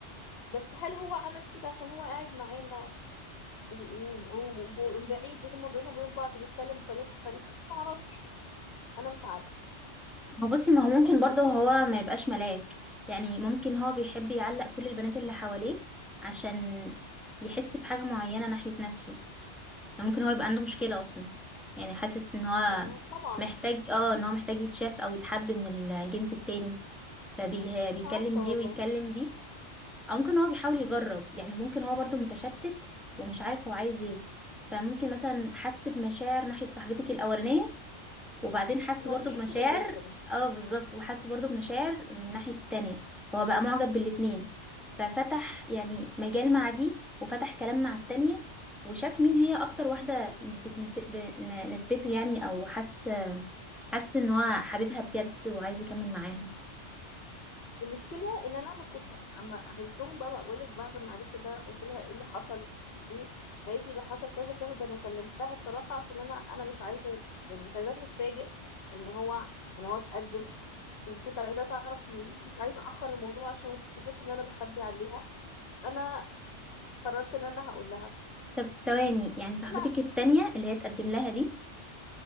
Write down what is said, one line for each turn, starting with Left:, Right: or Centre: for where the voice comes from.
Left: بس هل هو عمل كده عشان هو قاعد معانا و- و- ومن بعيد وهم بينهم وبين بعض بيتكلم بطريقة مختلفة انا ما اعرفش انا مش عارفة
Centre: ما بصي ما هو ممكن
Left: بس
Centre: برضه
Left: المهم
Centre: هو ما يبقاش ملاك يعني ممكن هو بيحب يعلق كل البنات اللي حواليه عشان يحس بحاجة معينة ناحية نفسه يعني ممكن هو يبقى عنده مشكلة أصلا يعني حاسس إن هو
Left: ما طبعا
Centre: محتاج اه إن هو محتاج يتشاف أو يتحب من الجنس التاني فبيكلم
Left: مش عارفة
Centre: دي
Left: والله
Centre: ويكلم دي أو ممكن هو بيحاول يجرب يعني ممكن هو برضو متشتت ومش عارف هو عايز ايه فممكن مثلا حس بمشاعر ناحية صاحبتك الأولانية وبعدين حس
Left: هو
Centre: برضو
Left: انت جبتي
Centre: بمشاعر
Left: من الاخر
Centre: اه بالظبط وحس برضو بمشاعر من الناحية التانية فهو بقى معجب بالاتنين ففتح يعني مجال مع دي وفتح كلام مع التانية وشاف مين هي اكتر واحدة بتناسب نسبته يعني او حس حس ان هو حبيبها بجد وعايز يكمل معاها
Left: المشكلة ان انا ما كنت اما قابلتهم بقى بقول لك بعد ما عرفت ده قلت لها ايه اللي حصل ومش عارف ايه قالت لي ده حصل كذا كذا ده انا كلمتها بصراحة عشان انا انا مش عايزة يبقى- يعني مش عايزاها تتفاجئ ان هو ان هو اتقدم وكنت عايزاها تعرف مني مش عايزة اخر الموضوع عشان ما تفتكرش ان انا بخبي عليها انا قررت ان انا هقول لها
Centre: طب ثواني يعني صاحبتك
Left: فانا
Centre: التانية اللي هي تقدم لها دي